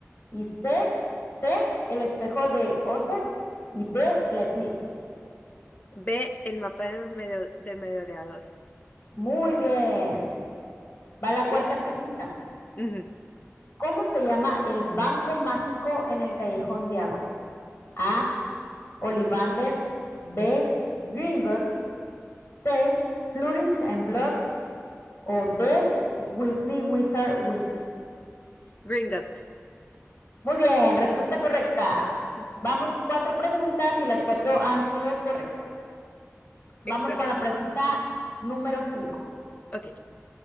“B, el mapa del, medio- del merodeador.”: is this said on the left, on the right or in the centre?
Left